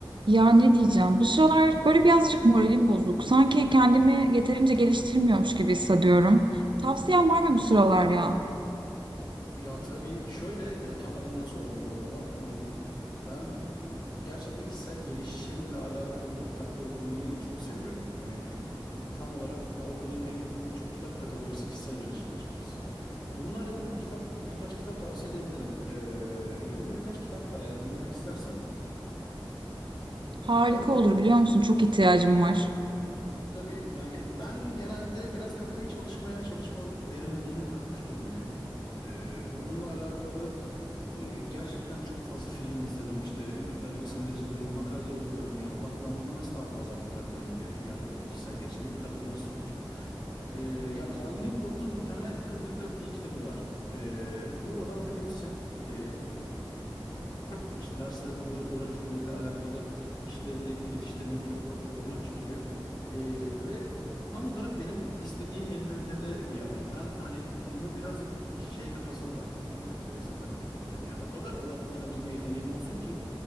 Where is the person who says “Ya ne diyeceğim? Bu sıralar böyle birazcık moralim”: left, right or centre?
Right